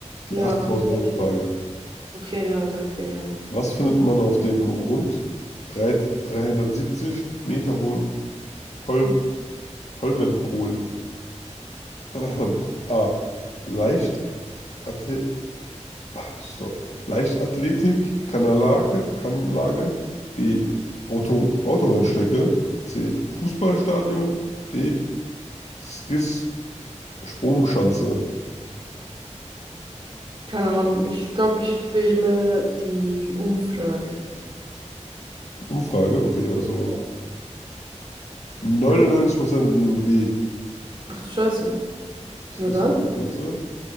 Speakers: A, on the right; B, on the left.
A: Ja,
B: Die 8000-Euro-Frage.
A: werde ich machen. Okay, ja, danke, ja.
B: Was findet man auf dem rund 3, 370 Meter hohen Holm, Holmenkollen? Ahem. <clears throat> A. Leicht Athe- so. Leichtathletik, Kanalage, Kanlage. B. Auto, Autorennstrecke. C. Fußballstadion. D. Skis Sprungschanze.
A: Keine Ahnung. Ich glaube, ich wähle die Umfrage.
B: Die Umfrage, okay, also
A: Ja.
B: 99% nehmen D.
A: Ach du Scheiße.
B: Das
A: Na
B: kriegst
A: dann.
B: du ganz, ne?